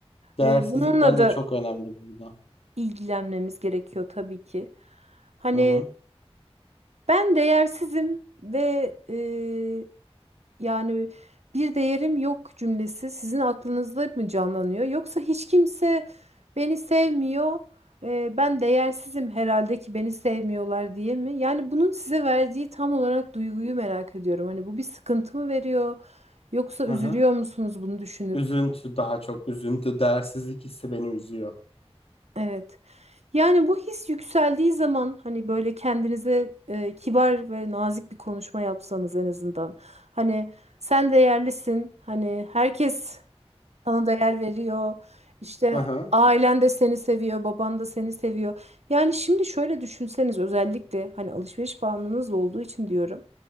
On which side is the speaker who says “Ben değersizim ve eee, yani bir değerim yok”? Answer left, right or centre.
Right